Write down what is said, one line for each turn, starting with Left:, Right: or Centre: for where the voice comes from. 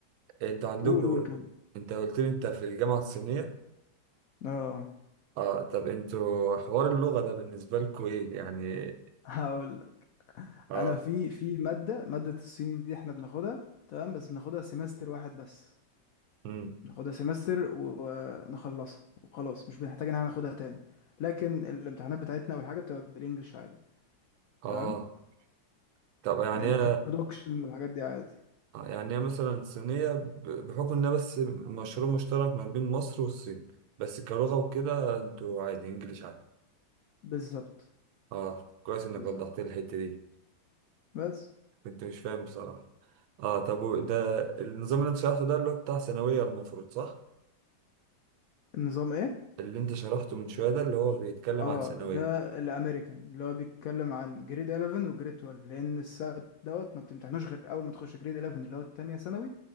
Right: انتوا عندكوا
Left: قول قول كم
Right: انت قلت لي انت في الجامعة الصينية
Left: اه
Right: اه طب انتوا حوار اللغة ده بالنسبة لكوا ايه يعني
Left: <laughs> هقول لك
Right: اه
Left: انا في في ماده ماده الصيني دي احنا بناخدها تمام بس بناخدها سيمستر واحد بس
Right: مم.
Left: ناخدها سمستر ونخلصها وخلاص مش بنحتاج ان احنا ناخدها تاني لكن الامتحانات بتاعتنا والحاجه بتبقى بالانجلش عادي
Right: اه
Left: فاهم
Right: طب يعني
Left: يعني برودكشن والحاجات دي عادي
Right: آه، يعني هي مثلا صينية ب- بحكم إنها بس مشروع مشترك ما بين مصر والصين بس كلغة وكده انتوا عادي انجليش عادي
Left: بالظبط
Right: اه كويس انك
Left: بالظبط
Right: وضحت لي الحتة دي
Left: بس
Right: كنت مش فاهم بصراحة اه طب و- ده النظام اللي انت شرحته ده اللي هو بتاع ثانوية المفروض صح؟
Left: النظام ايه
Right: اللي انت شرحته من شوية ده اللي هو بيتكلم
Left: اه
Right: عن ثانوية
Left: ده الامريكان اللي هو بيتكلم عن جريد 11 وجريد 12 لان السات دوت ما بتمتحنوش غير اول ما تخش جريد 11 اللي هو تانية ثانوي